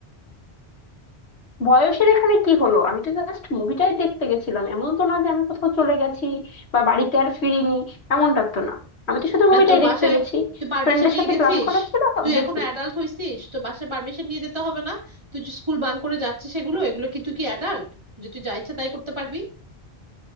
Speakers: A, on the left; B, on the right.
A: বয়সের এখানে কি হলো আমি তো জাস্ট মুভিটাই দেখতে গেছিলাম এমন তো না যে আমি কোথাও চলে গেছি বা বাড়িতে আর ফিরিনি এমনটা তো না আমি তো শুধু মুভিটাই
B: আর তোর বাসায়
A: দেখতে গেছি
B: তুই পারমিশন
A: ফ্রেন্ডের
B: নিয়ে
A: সাথে
B: গেছিস
A: প্ল্যান করা ছিল
B: তুই
A: গেছি
B: এখনো অ্যাডাল্ট হইছিস তোর বাসায় পারমিশন নিয়ে যেতে হবে না তুই যে স্কুল বাঙ্ক করে যাচ্ছিস এগুলো এগুলো কি তুই কি অ্যাডাল্ট যে তুই যা ইচ্ছা তাই করতে পারবি